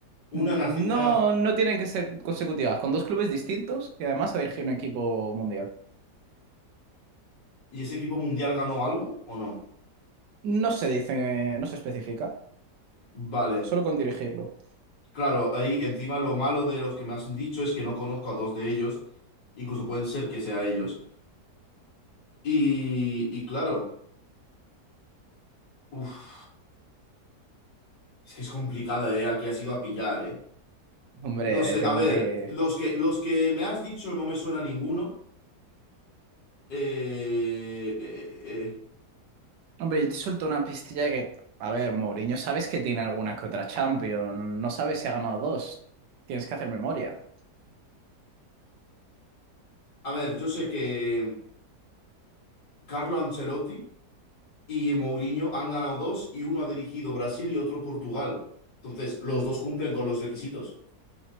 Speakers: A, on the left; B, on the right.
A: una
B: No,
A: nación. Una,
B: no tienen que ser consecutivas, con dos clubes distintos y además a dirigir un equipo mundial.
A: ¿Y ese equipo mundial ganó algo o no?
B: No se dice, no se especifica,
A: Vale.
B: solo con dirigirlo.
A: Claro, ahí encima lo malo de los que me has dicho es que no conozco a dos de ellos. Incluso pueden ser que sea ellos. Y, y claro, uff, es que es complicada, ¿eh? Aquí ha sido a pillar, ¿eh?
B: Hombre,
A: No sé,
B: tengo
A: a ver,
B: que,
A: los que, los que me has dicho no me suena ninguno. Eh, eh, eh, eh.
B: Hombre, yo te suelto una pistilla que, a ver, Mourinho, sabes que tiene alguna que otra Champions, no sabes si ha ganado dos. Tienes que hacer memoria.
A: A ver, yo sé que. Carlo Ancelotti y Mourinho han ganado dos y uno ha dirigido Brasil y otro Portugal. Entonces, los dos cumplen con los requisitos.